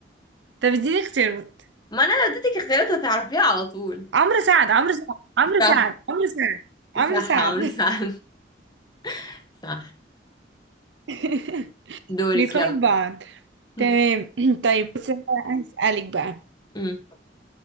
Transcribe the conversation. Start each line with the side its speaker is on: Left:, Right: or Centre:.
Right: طب اديني اختيارات
Left: ما انا لو اديتك اختيارات هتعرفيها على طول
Right: عمرو سعد عمرو سعد عمرو
Left: صح
Right: سعد عمرو سعد عمرو
Left: صح
Right: سعد
Left: عمرو صح <laughs> صح
Right: <laughs>
Left: دورك
Right: بيدخلوا
Left: يلا
Right: في بعض
Left: <laughs>
Right: تمام <clears throat> طيب بس أنا هسألك بقى
Left: أمم،